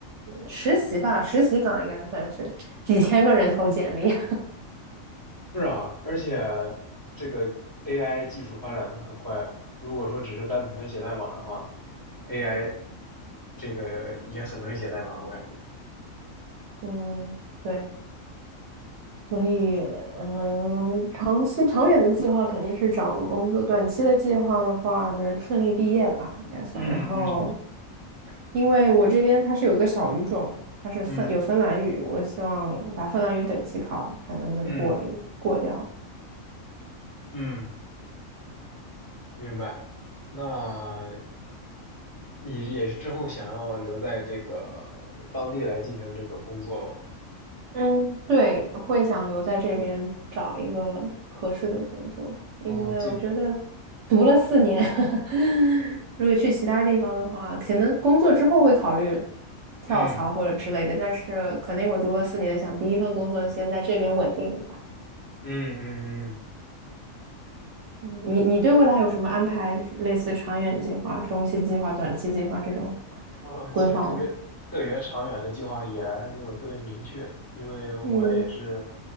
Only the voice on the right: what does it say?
实习吧，实习岗应该算是几千个人投简历。<laughs>
嗯，对，所以嗯，长期长远的计划肯定是找个工作，短期的计划的话能顺利毕业吧，应该算。
然后，因为我这边它是有一个小语种，它是芬有芬兰语，
我希望把芬兰语等级考，看能不能过了一过掉。
嗯，对，会想留在这边找一个合适的工作，
因为我觉得
读了四年，<laughs> 如果去其他地方的话，可能工作之后会考虑跳槽或者之类的，
但是肯定我读了四年，想第一份工作先在这边稳定一下。
嗯，你你对未来有什么安排？类似长远计划、中期计划、短期计划这种
规划吗？
嗯